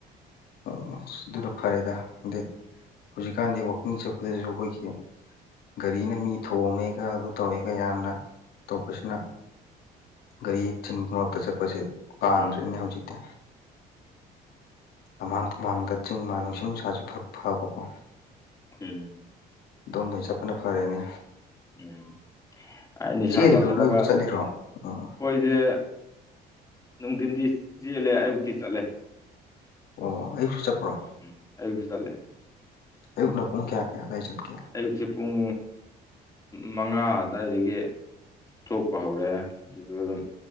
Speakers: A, on the left; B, on the left.
A: ꯑꯗꯨꯅ ꯐꯔꯦꯗ ꯑꯗꯩ ꯍꯧꯖꯤꯛꯀꯥꯟꯗꯤ ꯋꯥꯛꯀꯤꯡ ꯆꯠꯄꯗꯁꯨ ꯑꯩꯈꯣꯏꯒꯤ ꯒꯥꯔꯤꯅ ꯃꯤ ꯊꯣꯝꯃꯦꯒ ꯑꯗꯨ ꯇꯧꯋꯦꯒ ꯌꯥꯝꯅ ꯇꯧꯕꯁꯤꯅ ꯒꯥꯔꯤ ꯆꯤꯟꯕ ꯃꯔꯛꯇ ꯆꯠꯄꯁꯦ
B: ꯎꯝ
A: ꯄꯥꯝꯗ꯭ꯔꯦꯅꯦ ꯍꯧꯖꯤꯛꯇꯤ ꯂꯝꯃꯥꯡ ꯇꯨꯝꯍꯥꯡꯗ ꯆꯤꯡ ꯃꯥꯥꯟ ꯅꯨꯡꯁꯤꯠ ꯅꯨꯡꯁꯥꯁꯨ ꯐꯛ ꯐꯕꯀꯣ
B: ꯎꯝ
A: ꯑꯣꯝꯗ ꯆꯠꯄꯅ ꯐꯔꯦꯅꯦ
B: ꯎꯝ ꯑꯥꯢ ꯅꯤꯁꯥ
A: ꯆꯦꯜꯂꯤꯔꯣ
B: ꯆꯥꯥꯁꯜꯂꯒ
A: ꯅꯣꯏꯕꯨ ꯆꯠꯂꯤꯔꯣ ꯑꯣ
B: ꯈꯣꯏꯁꯦ ꯅꯨꯡꯊꯤꯟꯗꯤ ꯆꯦꯜꯂꯦ ꯑꯌꯨꯛꯇꯤ ꯆꯠꯂꯦ
A: ꯑꯣ ꯑꯌꯨꯛꯁꯨ ꯆꯠꯄ꯭ꯔꯣ
B: ꯎꯝ ꯑꯩꯌꯨꯛꯁꯨ ꯆꯠꯂꯦ
A: ꯑꯌꯨꯛꯅ ꯄꯨꯡ ꯀꯌꯥ ꯀꯌꯥ ꯑꯗ꯭ꯋꯥꯏ ꯆꯠꯀꯦ
B: ꯑꯌꯨꯛꯁꯦ ꯄꯨꯡ ꯃꯉꯥ ꯑꯗꯨꯋꯥꯏꯗꯒꯤ ꯊꯣꯛꯄ ꯍꯧꯔꯦ ꯑꯗꯨꯗꯒꯤ ꯑꯗꯨꯝ